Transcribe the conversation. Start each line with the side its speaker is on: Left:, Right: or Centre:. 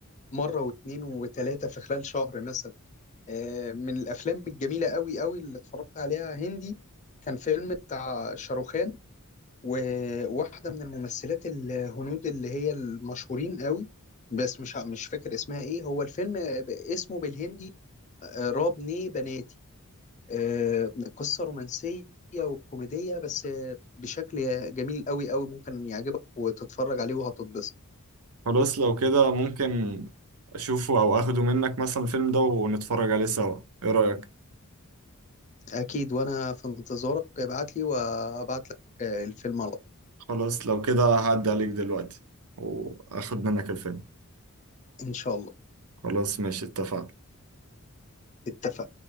Left: مره واثنين وثلاثه في خلال شهر مثلا آه من الافلام الجميله قوي قوي اللي اتفرجت عليها هندي كان فيلم بتاع شاروخان وواحدة من الممثلات الهنود اللي هي المشهورين قوي بس مش مش فاكر اسمها ايه هو الفيلم ب- اسمه بالهندي آه، راب ني بناتي آه، قصة رومانسية وكوميدية بس آه، بشكل جميل قوي قوي ممكن يعجبك وتتفرج عليه وهتتبسط
Right: خلاص لو كده ممكن أشوفه أو أخده منك مثلا الفيلم ده ونتفرج عليه سوا إيه رأيك؟
Left: أكيد وأنا في انتظارك ابعت لي وابعت لك آه، الفيلم على طول
Right: خلاص لو كده هعدي عليك دلوقتي وأخد منك الفيلم
Left: إن شاء الله
Right: خلاص ماشي اتفقنا
Left: اتفقنا